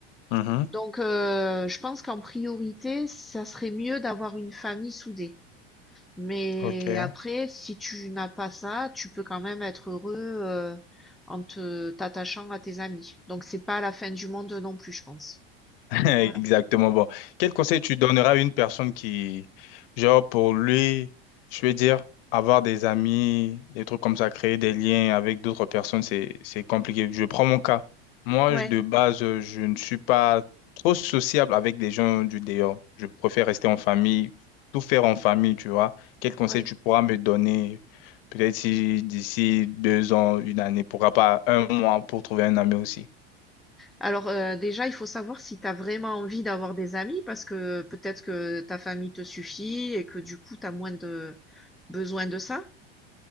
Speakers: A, on the left (about 65°); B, in the centre.
A: Mhm.
B: Donc heu, je pense qu'en priorité, ça serait mieux d'avoir une famille soudée. Mais
A: Ok.
B: après, si tu n'as pas ça, tu peux quand même être heureux, heu, en te t'attachant à tes amis. Donc c'est pas la fin du monde non plus, je pense.
A: <laughs>
B: Voilà.
A: Exactement. Bon, quel conseil tu donneras à une personne qui, genre, pour lui, je veux dire, avoir des amis, des trucs comme ça, créer des liens avec d'autres personnes, c'est, c'est compliqué. Je prends mon cas. Moi,
B: Ouais.
A: je- de base, euh, je ne suis pas trop sociable avec des gens du dehors. Je préfère rester en famille, tout faire en famille, tu vois. Quel conseil
B: Ouais.
A: tu pourras me donner, peut-être si d'ici deux ans, une année, pourquoi pas un mois pour trouver un ami aussi?
B: Alors euh, déjà, il faut savoir si tu as vraiment envie d'avoir des amis parce que peut-être que ta famille te suffit et que du coup, tu as moins de besoin de ça.